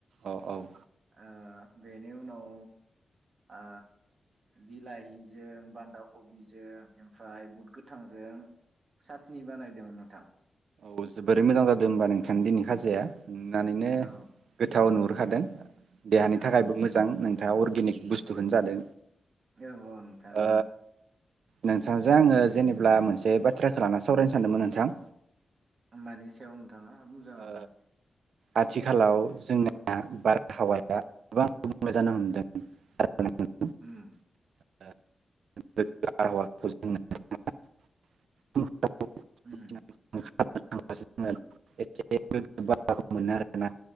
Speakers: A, on the right; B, on the right.
A: अ औ
B: ओ बेनि उनाव आ बिलाहिजों बान्दा कबिजों ओमफ्राय बुद गोथांजों चाटनि बानायदोंमोन नोंथां
A: औ जोबोरै मोजां जादों होमबा नोंथां दिनि खाजाया नुनानैनो
B: औ
A: गोथाव नुहुरखादों देहानि
B: औ
A: थाखायबो मोजां नों दा अर्गेनिक बुस्थुखोनो जादों
B: औ औ नोंथां
A: ओ नोंथांजों आङो जेनेब्ला मोनसे बाथ्राखौ लाना सावरायनो सानदोंमोन नोंथां
B: मानि सायाव थाङा बुंजागोन
A: ओ
B: ना
A: आथिखालाव जोंना बारहावाया गोबां <unintelligible> जानो हमदों <unintelligible>
B: उम उम
A: <unintelligible> <unintelligible> <unintelligible> एसे <unintelligible> मोननो हागोना